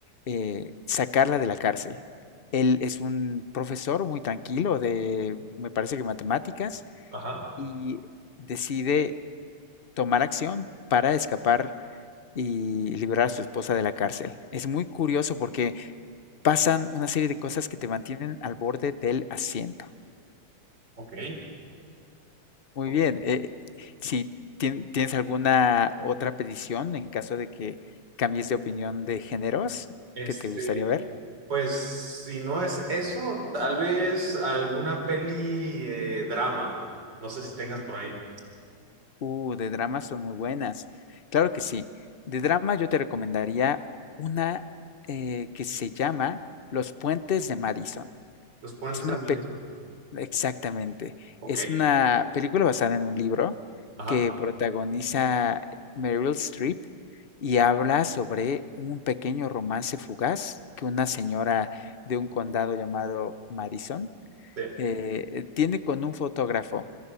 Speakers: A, on the left (about 50°); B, on the right (about 70°).
A: eh, sacarla de la cárcel. Él es un profesor muy tranquilo de, me parece que matemáticas,
B: Ajá.
A: y decide tomar acción para escapar y liberar a su esposa de la cárcel. Es muy curioso porque pasan una serie de cosas que te mantienen al borde del asiento.
B: Ok.
A: Muy
B: Ok.
A: bien. eh, si tien- tienes alguna otra petición en caso de que cambies de opinión de géneros
B: Este,
A: que te gustaría ver.
B: pues si no es eso, tal vez alguna peli eh, drama. No sé si tengas por ahí.
A: Uh, de dramas son muy buenas. Claro que sí. De drama yo te recomendaría una eh, que se llama Los Puentes de Madison.
B: Los puentes
A: Es una,
B: de Madison.
A: pe- Exactamente.
B: Ok.
A: Es una película basada en un libro
B: Ajá.
A: que protagoniza Meryl Streep y habla sobre un pequeño romance fugaz que una señora de un condado llamado Madison
B: Sí.
A: eh, tiene con un fotógrafo.